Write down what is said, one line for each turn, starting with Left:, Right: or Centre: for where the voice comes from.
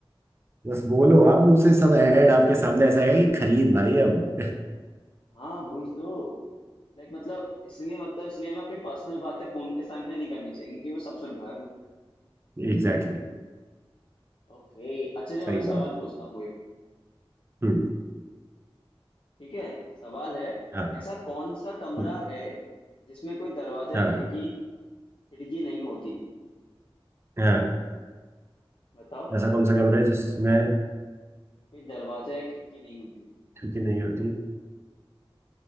Right: बस बोलो आप
Left: ये
Right: मुंह से सब ऐड आपके सामने ऐसा आएगा कि खरीद भाई अब <laughs>
Left: हाँ वही तो लाइक मतलब इसलिए मतलब इसलिए हमें अपनी पर्सनल बातें फोन के सामने नहीं करनी चाहिए क्योंकि वो सब सुन रहा है वो
Right: Exactly exactly,
Left: ओके अच्छा जो
Right: सही
Left: मैं सवाल
Right: बात है
Left: पूछता हूँ वो एक
Right: हम्म
Left: ठीक है सवाल है
Right: हाँ
Left: ऐसा कौन सा कमरा
Right: हम्म,
Left: है जिसमें कोई दरवाजा या
Right: हाँ
Left: खिड़की खिड़की नहीं होती
Right: हाँ
Left: बताओ
Right: ऐसा कौन सा कैमरा है जिसमें
Left: कोई दरवाजा या खिड़की नहीं होती
Right: हल्की नहीं होती